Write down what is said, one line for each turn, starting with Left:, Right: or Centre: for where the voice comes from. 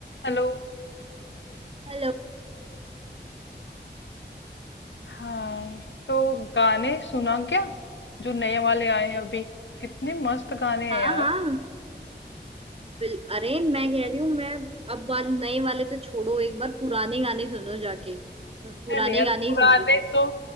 Left: Hello
Right: हेलो
Left: हाँ तो गाने सुना क्या जो नए वाले आए हैं अभी कितने मस्त गाने हैं
Right: हाँ
Left: यार
Right: हाँ बिल अरे मैं कह रही हूँ मैं अब वाले नए वाले तो छोड़ो एक बार पुराने गाने सुनो जाके मैं पुराने
Left: अरे यार
Right: गाने
Left: पुराने
Right: ही सुन रही थी
Left: तो